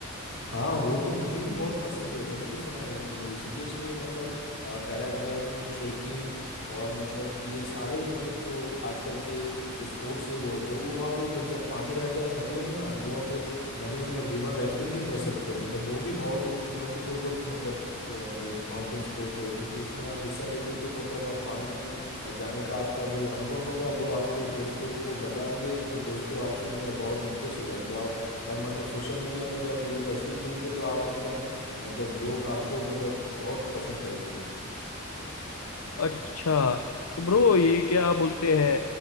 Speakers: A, on the left; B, on the left.
A: हाँ वो तो मुझे भी बहुत पसंद है मैंने भी सुना है उम, ऋषिकेश में मतलब अ, पैराग्लाइडिंग ट्रेकिंग और मतलब ये सारे मतलब जो आजकल के जो स्पोर्ट्स है वो होते हैं वो वहाँ पे ब- जब पानी रहता है नदियों में ना तो वो वहाँ पे नदियों में अब रिवर राफ्टिंग भी कर सकते हैं मतलब वो भी बहुत एक चुनौतीपूर्वक मतलब माउंटेन स्पोर्ट है वो उसमें आप हिस्सा लेंगे तो मतलब आप पानी में अ, जाने का आपका जो अनुभव होगा वो आपको दोस्तों को बताएंगे तो दोस्तों आपसे मतलब बहुत इंप्रेस हो जाएंगे और मतलब सोशल मीडिया में जब ये तस्वीर देंगे तो आप मतलब मतलब लोग आपको मतलब बहुत पसंद करेंगे
B: अच्छा तो ब्रो ये क्या बोलते हैं